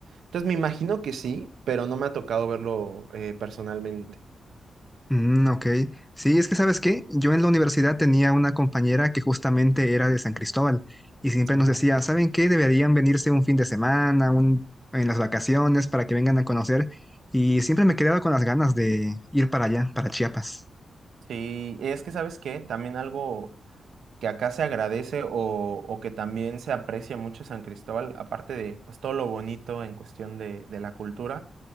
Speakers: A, on the right; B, in the centre.
A: Entonces me imagino que sí, pero no me ha tocado verlo eh, personalmente.
B: Mm, ok. Sí, es que ¿sabes qué? Yo en la universidad tenía una compañera que justamente era de San Cristóbal y siempre
A: Ah,
B: nos decía,
A: ok.
B: ¿saben qué? Deberían venirse un fin de semana, un, en las vacaciones para que vengan a conocer. Y siempre me quedaba con las ganas de ir para allá, para Chiapas.
A: Sí, es que ¿sabes qué? También algo que acá se agradece o, o que también se aprecia mucho San Cristóbal, aparte de pues, todo lo bonito en cuestión de, de la cultura,